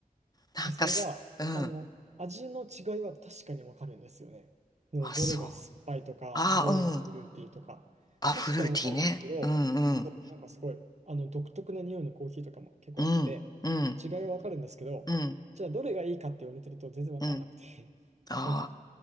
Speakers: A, on the left (about 25°); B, on the right (about 50°).
A: なんかす、
B: それが、
A: うん。
B: あの、味の違いは確かにわかるんですよね。うんどれが酸っぱいとか、
A: あ、そう。あ、
B: どれがフルーティーとか、
A: うん。あ、
B: 確かにわかるんですけど、
A: フルーティーね。うん、
B: そう、
A: うん。
B: なんかすごい、あの、独特な匂いのコーヒーとかも結構あって、
A: うん、うん、
B: 違いはわかるんですけど、
A: うん、
B: じゃあどれがいいかって言われてると全然わかんなくて、
A: うん。
B: <laughs>
A: ああ、
B: なんか、